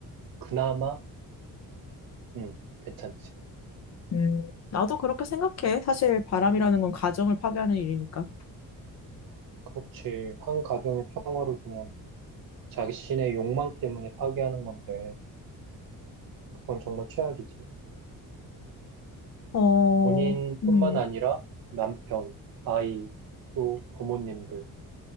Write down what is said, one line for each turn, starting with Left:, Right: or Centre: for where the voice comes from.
Right: 그나마, 음, 괜찮지.
Left: 음, 나도 그렇게 생각해. 사실 바람이라는
Right: 음,
Left: 건 가정을 파괴하는 일이니까.
Right: 그렇지. 한 가정의 평화를 그냥 자신의 욕망 때문에 파기하는 건데, 그건 정말 최악이지.
Left: 어,
Right: 본인뿐만
Left: 음,
Right: 아니라 남편, 아이, 또 부모님들,